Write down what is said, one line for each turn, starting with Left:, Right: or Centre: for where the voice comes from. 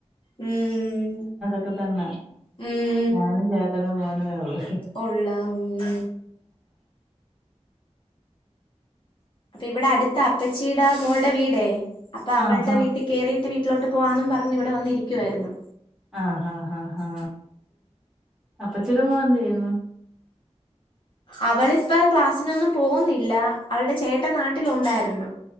Left: ഉം.
Centre: ഒക്കെ തന്നെ.
Left: ഉം.
Centre: ഞാനും ചേട്ടനും മോനുമേ ഉള്ളൂ
Left: ഉള്ള ഉം അപ്പൊ ഇവിടെ അടുത്ത അപ്പച്ചീടെ മോളുടെ വീടേ അപ്പൊ അവളുടെ
Centre: ആഹ് ആഹ്
Left: വീട് ട്ട്കയറിയിട്ട് വീട്ടിലോട്ട് പോവാന്നും പറഞ്ഞു ഇവിടെ വന്നിരിക്കുവായിരുന്നു
Centre: ആ ഹാ ഹാ ഹാ അപ്പച്ചിട മോള എന്ത് ചെയ്യുന്നു
Left: അവളിപ്പ ക്ലാസ്സിനൊന്നും പോകുന്നില്ല അവളുടെ ചേട്ട ട്ടൻ നാട്ടിൽ ഉണ്ടായിരുന്നു